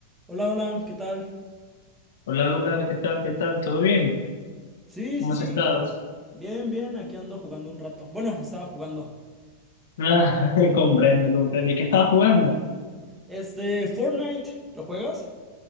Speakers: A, in the centre; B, on the left.
A: Hola, hola, ¿qué tal?
B: Hola, hola, ¿qué tal? ¿Qué tal? ¿Todo bien?
A: Sí,
B: ¿Cómo
A: sí,
B: has
A: sí.
B: estado?
A: Bien, bien, aquí ando jugando un rato. Bueno, estaba jugando.
B: Ah, <laughs> comprendo, comprendo. ¿Y qué estabas jugando?
A: Este, Fortnite, ¿lo juegas?